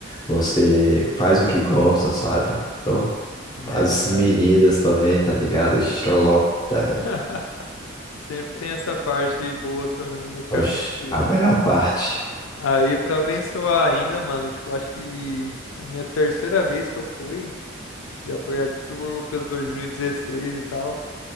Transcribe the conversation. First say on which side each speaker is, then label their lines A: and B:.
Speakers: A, on the left (about 20°); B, on the left (about 85°).
A: você faz o que gosta, sabe? Então
B: né,
A: as
B: cara?
A: meninas também, tá ligado? Estrelota, velho.
B: <laughs> Sempre tem essa parte boa também, né, cara?
A: Oxe,
B: Tipo,
A: a melhor parte.
B: aí pra abençoar ainda, mano, tipo, acho que a minha terceira vez que eu fui, já foi ali por, pelo 2016 e tal.